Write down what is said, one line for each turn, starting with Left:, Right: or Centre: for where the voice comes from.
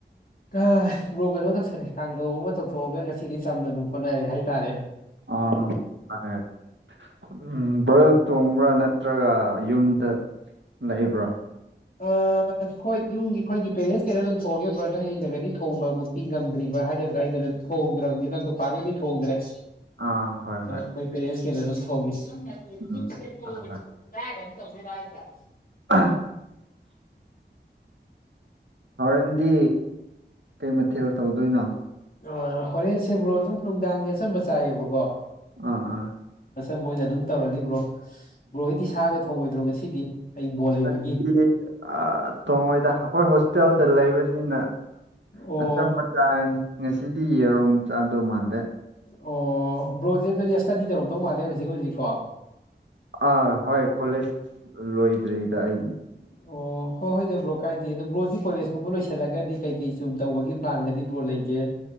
Left: ꯍꯑ... ꯕ꯭ꯔꯣ ꯀꯩꯅꯣ ꯇꯧꯁꯜꯂꯦ ꯀꯥꯡꯒꯧ ꯑꯃ ꯇꯧꯊꯣꯛꯑꯒ ꯉꯁꯤꯗꯤ ꯆꯝꯅ ꯑꯗꯨꯝ ꯍꯣꯠꯅꯔꯦ ꯍꯥꯏꯇꯥꯔꯦ
Right: <unintelligible> ꯕ꯭ꯔꯥ ꯅꯠꯇ꯭ꯔꯒ ꯌꯨꯝꯗ ꯂꯩꯕ꯭ꯔꯣ
Left: ꯑ ꯍꯣꯏ ꯌꯨꯝꯒꯤ ꯑꯩꯈꯣꯏꯒꯤ ꯄꯦꯔꯦꯟꯁ ꯀꯩꯅ ꯑꯗꯨꯝ ꯊꯣꯡꯉꯤ ꯕ꯭ꯔꯗꯔ ꯑꯩꯅꯒꯗꯤ ꯊꯣꯡꯕꯃꯛꯇꯤ ꯉꯝꯗ꯭ꯔꯤꯕ ꯍꯥꯏꯒꯗ꯭ꯔꯥ ꯑꯩꯅꯗꯪ ꯊꯣꯡꯗ꯭ꯔꯕꯅꯤꯅꯀꯣ ꯄꯥꯛꯅꯗꯤ ꯊꯣꯡꯗ꯭ꯔꯦ
Right: ꯑꯥ ꯍꯣꯏ ꯍꯣꯏ
Left: ꯑꯩꯈꯣꯏ <unintelligible>
Right: ꯎꯝ ꯍꯣꯏ ꯑ ꯍꯣꯔꯦꯟꯗꯤ ꯀꯩ ꯃꯊꯦꯜ ꯇꯧꯗꯣꯏꯅꯣ
Left: ꯑ ꯍꯣꯔꯦꯟꯁꯦ ꯕ꯭ꯔꯣ ꯑꯗꯨꯝ ꯅꯨꯡꯗꯥꯡꯒꯤ ꯑꯆꯝꯕ ꯆꯥꯏꯌꯦꯕꯀꯣ
Right: ꯑꯥ ꯑꯥ
Left: ꯃꯣꯏꯅ ꯑꯗꯨꯝ ꯇꯧꯔꯅꯤ ꯕ꯭ꯔꯣ ꯕ꯭ꯔꯣ ꯍꯣꯏꯗꯤ ꯁꯥꯒ ꯊꯣꯡꯉꯣꯏꯗ꯭ꯔꯣ ꯉꯁꯤꯗꯤ ꯍꯌꯦꯡ ꯕꯣꯜ ꯂꯩꯕꯒꯤ
Right: ꯑꯍꯍꯍ.. ꯊꯣꯡꯉꯣꯏꯗ ꯑꯩꯈꯣꯏ ꯍꯣꯁꯇꯦꯜꯗ ꯂꯩꯕꯅꯤꯅ
Left: ꯑꯣ
Right: ꯑꯆꯝꯕ ꯆꯥꯔꯅꯤ ꯉꯁꯤꯗꯤ ꯌꯦꯔꯨꯝ ꯆꯥꯗꯧ ꯃꯥꯜꯂꯦ
Left: ꯑꯣ ꯕ꯭ꯔꯣ ꯁꯦ ꯑꯗꯨꯗꯤ ꯏ꯭ꯁꯇꯗꯤ ꯇꯧꯔꯝꯗꯧ ꯃꯥꯜꯂꯦ ꯍꯧꯖꯤꯛ ꯍꯧꯖꯤꯛꯀꯣ
Right: ꯑꯥ ꯍꯣꯏ ꯀꯣꯂꯦꯖ ꯂꯣꯏꯗ꯭ꯔꯤꯗ ꯑꯩ
Left: ꯑꯣ ꯍꯣꯏ ꯍꯣꯏꯗ ꯕ꯭ꯔꯣ ꯀꯥꯏꯗꯦ ꯑꯗꯣ ꯕ꯭ꯔꯣꯗꯤ ꯀꯣꯂꯦꯖꯀꯨꯝꯕ ꯂꯣꯏꯁꯤꯜꯂꯒꯗꯤ ꯀꯩ ꯀꯩ ꯁꯨꯝ ꯇꯧꯕꯒꯤ ꯄ꯭ꯂꯥꯟꯒꯗꯤ ꯕ꯭ꯔꯣ ꯂꯩꯒꯦ